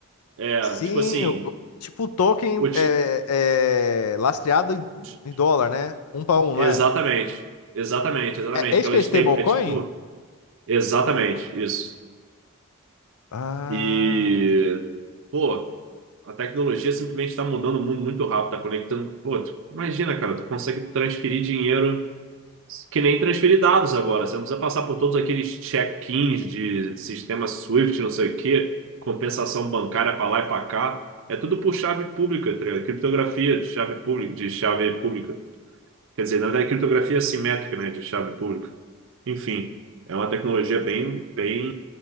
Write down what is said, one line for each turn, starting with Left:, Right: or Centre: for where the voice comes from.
Right: é,
Left: Sim,
Right: tipo assim,
Left: o- o- tipo o token
Right: o ti-
Left: é, é lastreado em
Right: de-
Left: em dólar, né? Um para um,
Right: exatamente,
Left: não é?
Right: exatamente, exatamente,
Left: É, é isso
Right: que ela
Left: que é
Right: é
Left: stablecoin?
Right: tipo, exatamente, isso.
Left: Ah,
Right: E, pô, a tecnologia simplesmente está mudando o mundo muito rápido, tá conectando, pô, tu, imagina, cara, tu consegue transferir dinheiro Que nem transferir dados agora. Você não precisa passar por todos aqueles check-ins de sistema Swift, não sei o quê, compensação bancária para lá e para cá. É tudo por chave pública, tá ligado? criptografia de chave pública, de chave pública. Quer dizer, na verdade, criptografia assimétrica, né, de chave pública. Enfim, é uma tecnologia bem, bem...